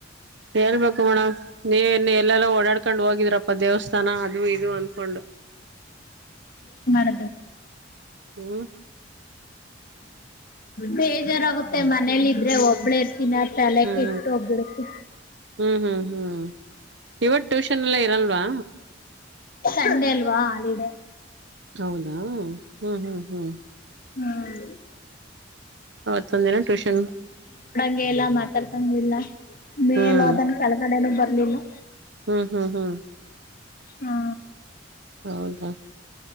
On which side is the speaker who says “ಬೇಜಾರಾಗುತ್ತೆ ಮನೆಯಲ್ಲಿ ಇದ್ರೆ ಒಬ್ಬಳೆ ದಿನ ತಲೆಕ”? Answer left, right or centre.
Left